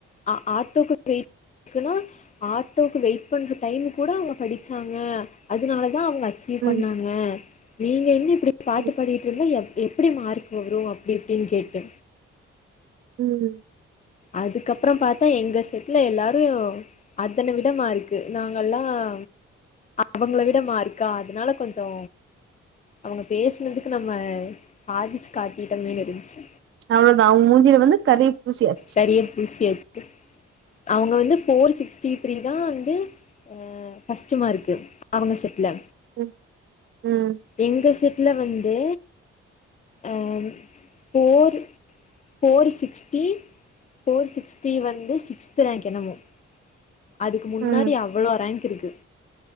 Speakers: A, on the left (about 25°); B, on the right (about 45°).
A: ஆ ஆட்டோக்கு வெயிட் ஏனா ஆட்டோக்கு வெயிட் பண்ற டைமு கூட அவங்க படிச்சாங்க அதனாலதா அவங்க அச் சீவ்
B: ம்
A: பண்ணாங்க நீங்க இன்னி இப்டி பாட்டு
B: ம்
A: பாடிட்டு இருந்தா எப் எப்டி மார்க் வரும் அப்டி இப்டின்னு கேட்டு
B: ம்
A: அதுக்கப்பறம் பார்த்தா எங்க செட்ல எல்லாரையும் அதன விட மார்க்கு நாங்கல்லாம் அவங்கள விட மார்க்கா அதனால கொஞ்சோ அவங்க பேசினதுக்கு நம்ம சாதிச்சு காட்டிட்டோமென்னு இருன்ச்சு
B: அவ்ளோதா அவங்க மூஞ்சியில வந்து கறி பூசியா
A: கரிய பூசியாச்சு அவங்க வந்து போர் சிக்ஸ்டி த்ரீ தான் வந்து ம் ஃபர்ஸ்ட் மார்க்கு அவங்க செட்ல
B: ம் ம்
A: எங்க செட்ல வந்து ஆம் four four sixty four sixty வந்து சிக்ஸ்து ராங்கு எனமோ அதுக்கு முன்னாடி
B: ம்
A: அவ்ளோ ரேங்க் இருக்கு